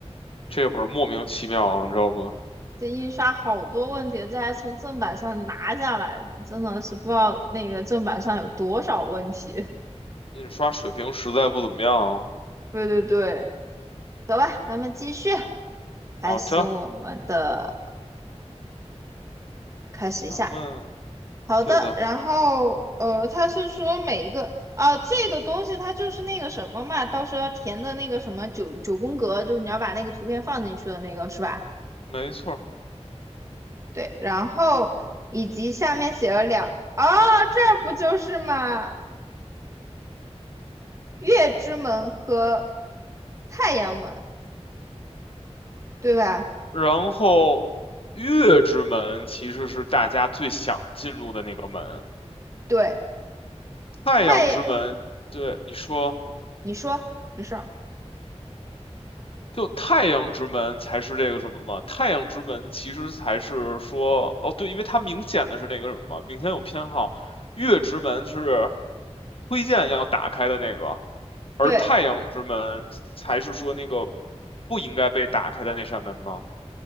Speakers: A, on the left; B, on the right.
A: 这本儿莫名其妙啊，你知道不？
B: <laughs> 这印刷好多问题，这还从正版上拿下来呢，真的是不知道那个正版上有多少问题。<laughs>
A: 印刷水平实在不怎么样。
B: 对对对，走吧，咱们继续，开始我们的，
A: 好的，
B: 开始一下。
A: 咱们
B: 好的，
A: 对的，
B: 然后呃，他是说每一个啊、这个东西它就是那个什么嘛，到时候要填的那个什么九九宫格，就是你要把那个图片放进去的那个是吧？
A: 没错儿。
B: 对，然后以及下面写了两，哦，这儿不就是嘛，月之门和太阳门，对吧？
A: 然后，月之门其实是大家最想进入的那个门，
B: 对，
A: 太阳之门。
B: 太
A: 对，你说。
B: 你说没事儿，
A: 就太阳之门才是这个什么嘛？太阳之门其实才是说，哦，对，因为它明显的是那个什么嘛，明显有偏好。月之门是推荐要打开的那个，而太阳之门才是说那个
B: 对，
A: 不应该被打开的那扇门嘛。